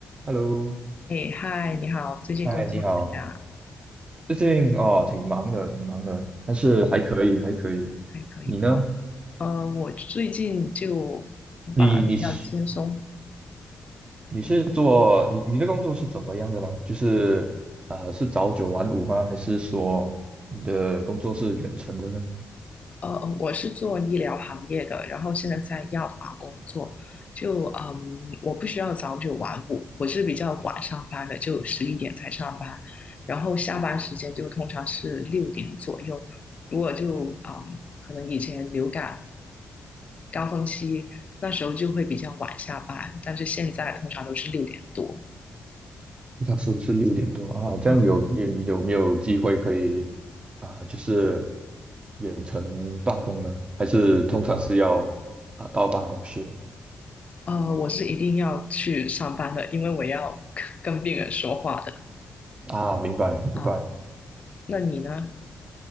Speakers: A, on the right; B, on the left.
A: Hello，
B: 哎，嗨，你好，最近工作怎样？
A: 嗨，你好。最近哦，挺忙的，挺忙的，但是还可以，
B: 哦，
A: 还可以。
B: 还可以。
A: 你呢？
B: 哦，呃，我最近就
A: 你你是
B: 反而比较轻松。
A: 你是做你你的工作是怎么样的呢？就是呃，是早九晚五吗？还是说你的工作是远程的呢？
B: 呃，我是做医疗行业的，然后现在在药房工作。就嗯，我不需要早九晚五，我是比较晚上班的，就十一点才上班，然后下班时间就通常是六点左右。如果就嗯，可能以前流感高峰期那时候就会比较晚下班，但是现在通常都是六点多。
A: 那是不是六点多啊？这样有你你有没有机会可以啊、
B: 嗯
A: 呃就是远程办公呢？还是通常是要啊、到办公室
B: 呃，我是一定要去上班的，因为我要跟病人说话的
A: 啊？明白明白。
B: 啊。那你呢？